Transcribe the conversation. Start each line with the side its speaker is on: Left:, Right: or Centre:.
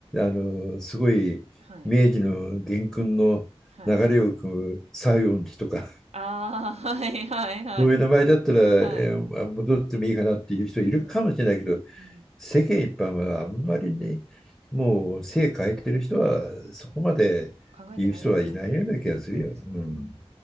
Centre: あの、すごい明治の元勲の流れを組む西園寺とか、
Right: はい。はい。ああ、はいはいはい。
Centre: そういう名前だったら、えー戻ってもいいかなっていう人いるかもしれないけど、
Right: はい。うんうんうん。
Centre: 世間一般はあんまりね、もう性変えてる人はそこまで言う人はいないような気がするよ。
Right: 考えてないですかね。そうですかね。
Centre: うん。